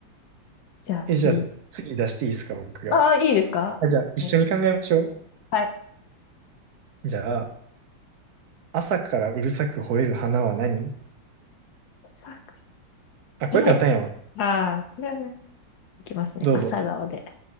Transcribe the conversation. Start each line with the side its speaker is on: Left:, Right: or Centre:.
Left: じゃあ次。
Right: え、じゃあ、次出していいですか、僕が。
Left: ああ、いいですか、
Right: あ、じゃあ、一緒に考えましょ
Left: うん、はい。
Right: う。じゃあ、朝からうるさく吠える花は何
Left: さ
Right: あ、これ簡単やわ。
Left: はい。ああ、それはね、いきますね。
Right: どうぞ。
Left: 朝顔で。